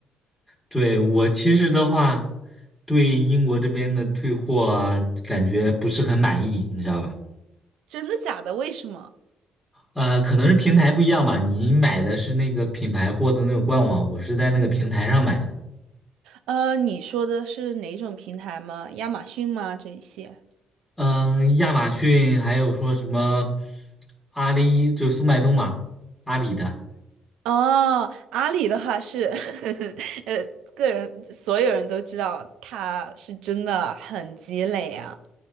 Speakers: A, in the centre; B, on the right.
A: 对，我其实的话，对英国这边的退货啊感觉不是很满意，你知道吧？
B: 真的假的？为什么？
A: 啊、可能是平台不一样吧。你买的是那个品牌货的那个官网，我是在那个平台上买的。
B: 呃，你说的是哪种平台吗？亚马逊吗？这一些？
A: 嗯、亚马逊还有说什么阿里，就是速卖通嘛，阿里的。
B: 哦，阿里的话是，<laughs> 呃，个人所有人都知道他是真的很积累啊。